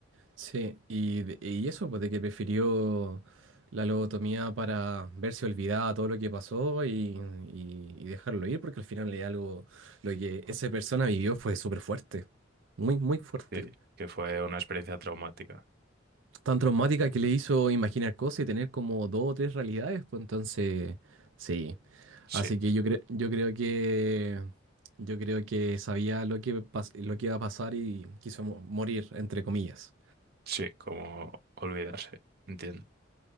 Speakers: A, on the right (about 80°); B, on the right (about 55°).
A: sí, y, de- y eso, pues de que prefirió la lobotomía para verse olvidada todo lo que pasó y, y- y dejarlo ir, porque al final es algo, lo que esa persona vivió fue súper fuerte, muy, muy fuerte.
B: Sí, que fue una experiencia traumática.
A: tan traumática que le hizo imaginar cosas y tener como dos o tres realidades, pues entonces, sí.
B: Sí.
A: Así que yo creo, yo creo que yo creo que sabía lo que pas- lo que iba a pasar y quiso mo- morir, entre comillas.
B: Sí, como olvidarse, entiendo.